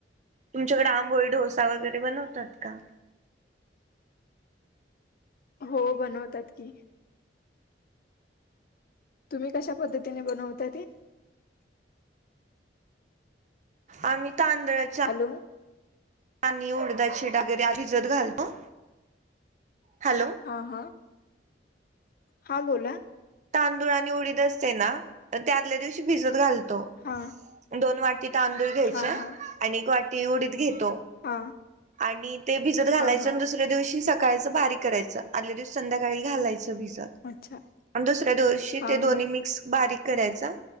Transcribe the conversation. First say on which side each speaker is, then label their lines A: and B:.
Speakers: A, on the right (about 40°); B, on the left (about 55°).
A: तुमच्याकडे आंबोळी डोसा वगैरे बनवतात का?
B: हो बनवतात की. तुम्ही कशा पद्धतीने बनवता ते
A: आम्ही तांदळाच्या
B: हॅलो
A: आणि उडदाची डाळ वगैरे भिजत घालतो. हॅलो
B: हा हा. हा बोला.
A: तांदूळ आणि उडीत असते ना ते आदल्या दिवशी भिजत घालत
B: हा
A: दोन वाट ति तांदूळ घ्यायचे
B: हा हा
A: आणि वाट ती उडीत घेत
B: हा
A: आणि ते भिजत घालायचं
B: हा हा
A: आणि दुसऱ्या दिवशी स सकाळच बारी करायचं आदल्या दिवशी संध्याकाळी घालायचं भीज
B: अच्छा!
A: आणि दुसऱ्या दिवशी
B: हा
A: ते दोनी
B: हा
A: मिक्स बारीक करायचा